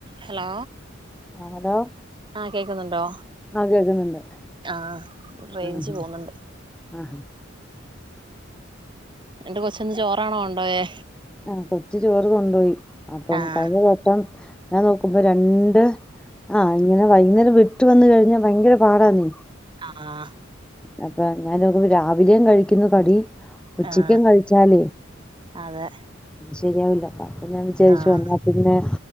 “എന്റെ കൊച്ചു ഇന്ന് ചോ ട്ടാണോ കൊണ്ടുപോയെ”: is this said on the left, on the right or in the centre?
Right